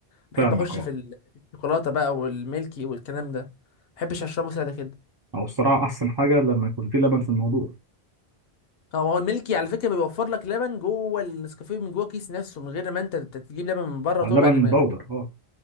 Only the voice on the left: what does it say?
بحب
اخش
في ال- في الشوكولاته بقى والميلكي والكلام ده ما بحبش اشربه ساده كده
هو هو الميلكي على فكره بيوفر لك لبن جوه النسكافيه من جوه الكيس نفسه من غير ما انت ت- تجيب لبن من بره وتوجع
دماغك